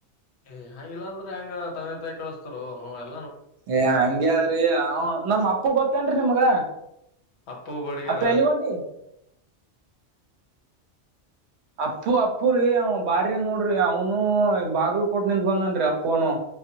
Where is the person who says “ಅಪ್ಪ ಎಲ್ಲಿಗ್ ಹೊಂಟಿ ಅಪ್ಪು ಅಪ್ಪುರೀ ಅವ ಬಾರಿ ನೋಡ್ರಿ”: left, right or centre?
Right